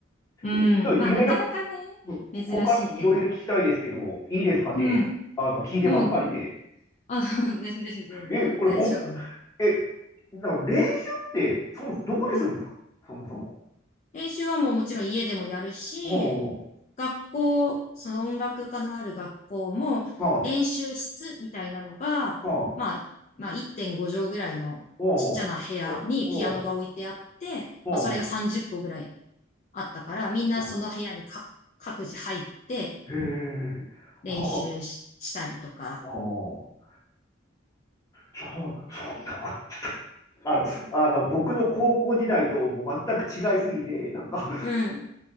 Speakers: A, on the left; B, on the left.
A: うん。
B: えちょっといろいろ、
A: まあ、なかなかね、
B: うん他にもいろいろ聞きたいですけど、
A: 珍しいけど。
B: いいですかね。
A: うん。
B: あの、聞いてばっかりで。
A: もうあ、<laughs> 全然全然大丈夫ね。
B: え、これ本当、え、だから練習って、そもそもどこでするんですかそもそも。
A: うん。練習はもうもちろん家でもやるし、
B: おー、
A: 学校、その音楽科のある学校も練習室みたいなのが、
B: まあ、まあ、おー、
A: まあ、まあ1.5畳ぐらいのちっちゃな部屋にピアノが置いてあって、
B: おおーおー
A: まあそれが30個ぐらいあったから、みんなその部屋にか各自入って
B: おーへえ、
A: 練習し、
B: ああ、
A: したりとか、
B: ああ、そんなこと、あの、あの、僕の高校時代ともう全く違いすぎて、なんか、
A: うん